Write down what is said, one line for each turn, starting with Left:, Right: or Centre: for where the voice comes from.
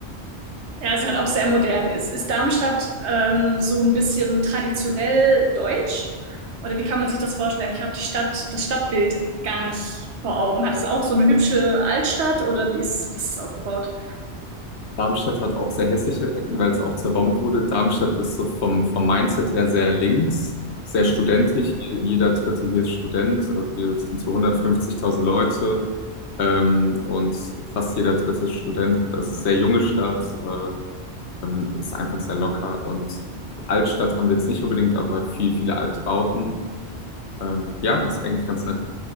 Right: Er ist halt auch sehr modern. Ist, ist Darmstadt ähm, so ein bisschen traditionell deutsch? Oder wie kann man sich das vorstellen? Ich habe die Stadt, das Stadtbild gar nicht vor Augen. Hat es auch so eine hübsche Altstadt oder wie ist, wie ist es aufgebaut?
Left: Darmstadt hat auch sehr hässliche Ecken, weil es auch zerbombt wurde. Darmstadt ist so vom, vom Mindset her sehr links, sehr
Right: Mhm.
Left: studentisch. Je- Jeder Dritte hier ist Student. Also wir sind so 150.000 Leute ähm, und fast jeder Dritte ist Student. Das ist eine sehr junge Stadt, äh, ähm, ist einfach sehr locker. Und Altstadt haben wir jetzt nicht unbedingt, aber viel, viele Altbauten. Ähm, ja, ist eigentlich ganz nett.